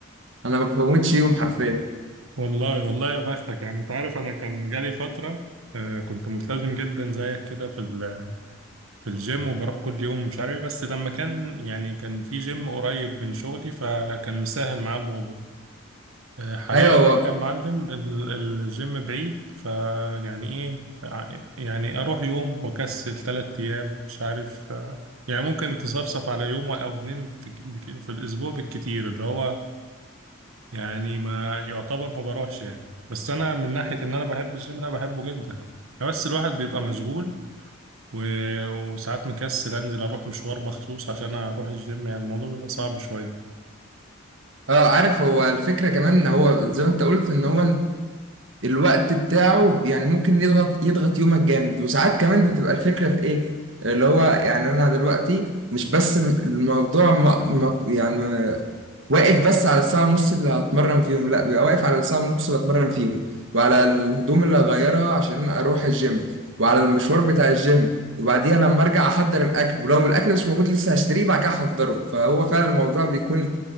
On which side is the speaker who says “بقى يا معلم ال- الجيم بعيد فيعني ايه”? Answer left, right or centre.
Right